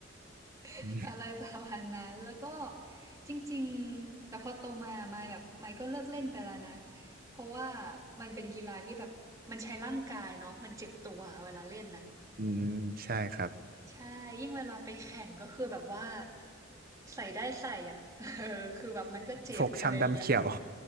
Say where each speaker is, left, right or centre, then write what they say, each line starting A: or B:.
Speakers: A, on the right (about 15°); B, on the right (about 50°).
A: <laughs>
B: อืม
A: อะไรประมาณนั้นแล้วก็จริงๆแต่พอโตมาไมค์แบบไมค์ก็เลิกเล่นไปแล้วนะเพราะว่ามันเป็นกีฬาที่แบบมันใช้ร่างกายเนาะมันเจ็บตัวเวลาเล่นน่ะ
B: อืม ใช่ครับ
A: ใช่ยิ่งเวลาไปแข่งก็คือแบบว่าใส่ได้ใส่อ่ะ <laughs> เออคือแบบมันก็เจ็บอะไรอย่างเงี้ย
B: ฟกช้ำดำเขียว